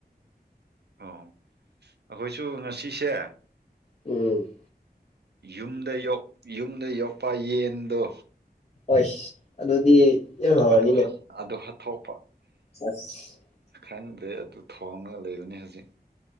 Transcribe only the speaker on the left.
ꯎꯝ
ꯍꯣꯏꯁ ꯑꯗꯨꯗꯤ ꯌꯥꯝ ꯍꯧꯔꯅꯤꯅꯦ
ꯑꯁ